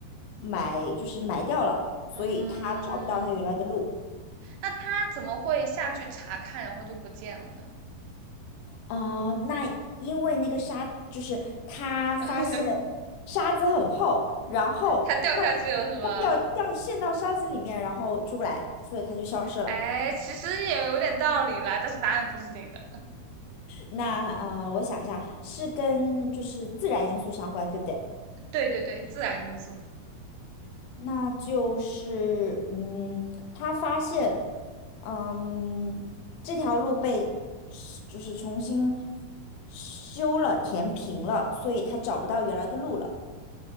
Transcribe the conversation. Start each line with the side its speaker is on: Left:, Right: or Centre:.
Left: 埋，就是埋掉了，所以他找不到他原来的路。
Right: 嗯。那他怎么会下去查看，然后就不见了呢？
Left: 啊、那因为那个沙就是他发现
Right: <laughs>
Left: 沙子很厚，然后后来他掉掉陷到沙子里面，
Right: 他掉下去了是吗？
Left: 然后出不来，所以他就消失了。
Right: 哎，其实也有点道理啦，但是答案不是这个。
Left: 那呃，我想一下，是跟就是自然因素相关，对不对？
Right: 对对对，自然因素。
Left: 那就是嗯，他发现嗯这条路被就是重新修了，填平了，所以他找不到原来的路了。